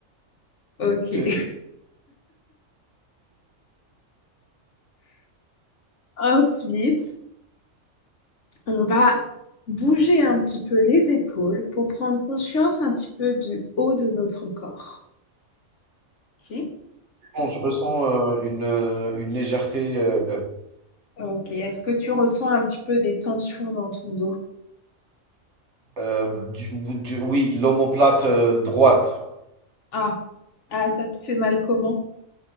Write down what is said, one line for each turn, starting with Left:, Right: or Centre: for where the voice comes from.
Left: Ok.
Right: C'est
Left: <laughs>
Right: fait.
Left: Ensuite, on va bouger un petit peu les épaules pour prendre conscience un petit peu du haut de notre corps. Ok.
Right: Bon, je ressens euh, une, euh, une légèreté. euh,
Left: Ok. Est-ce que tu ressens un petit peu des tensions dans ton dos?
Right: Euh, du- du- oui, l'omoplate euh, droite.
Left: Ah, ah, ça te fait mal comment?